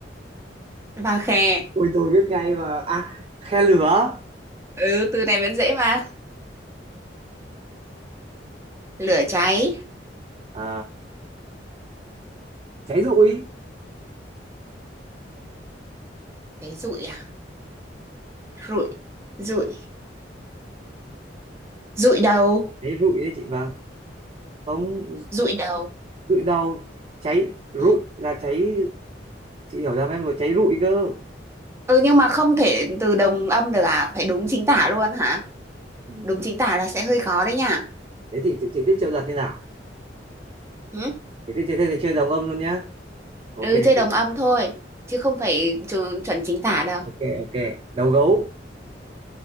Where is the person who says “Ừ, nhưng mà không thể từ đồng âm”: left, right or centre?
Right